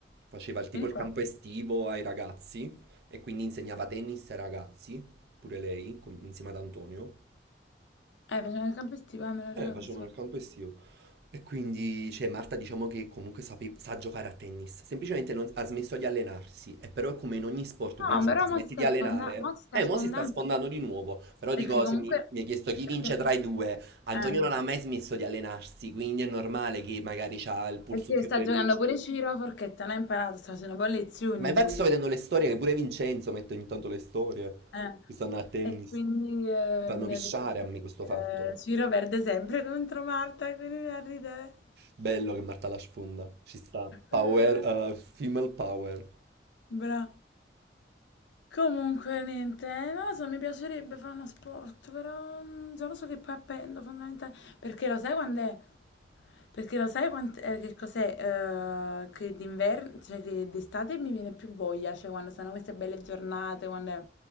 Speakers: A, on the right; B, on the left.
A: Faceva il tipo
B: vieni
A: il
B: qua.
A: campo estivo ai ragazzi e quindi insegnava tennis ai ragazzi pure lei, com- insieme ad Antonio.
B: Eh, facciamo il campo estivo, eh, me lo ricordo
A: Eh, facevano
B: sto.
A: il campo estivo. E quindi, cioè, Marta diciamo che comunque sape- sa giocare a tennis, semplicemente non- ha smesso di allenarsi, e però è come in ogni sport, per
B: No,
A: esempio,
B: però
A: se ti smetti
B: mo si
A: di
B: sta
A: allenare,
B: sfondando, mo si sta
A: eh, mo
B: sfondando.
A: si sta sfondando di nuovo, però
B: Perché
A: dico,
B: comunque...
A: se mi, mi hai chiesto chi
B: Perché,
A: vince tra i due, Antonio
B: eh,
A: non ha mai smesso di allenarsi, quindi è normale che magari ha il pulso
B: perché
A: più
B: sta
A: veloce.
B: giocando pure Ciro a forchetta, non ha imparato, sta facendo poi lezioni
A: Ma infatti
B: lui.
A: sto
B: cioè,
A: vedendo le storie, che pure Vincenzo mette ogni tanto le storie,
B: eh.
A: che stanno a tennis,
B: E quindi
A: Mi
B: eh,
A: fanno
B: mi
A: pisciare
B: ha detto che
A: a me questo fatto.
B: eh, Ciro perde sempre contro Marta, quindi da ridere.
A: Bello che Marta la sfonda, ci sta. Power,
B: Ah,
A: eh, female power.
B: Bra. Comunque, niente, eh, non lo so, mi piacerebbe fare uno sport, però mm, già lo so che poi appendo fondamentale, perché lo sai quando è? Perché lo sai quant- eh, che cos'è? eh, che d'inverno, cioè che d'estate mi viene più voglia, cioè quando sono queste belle giornate, quando è-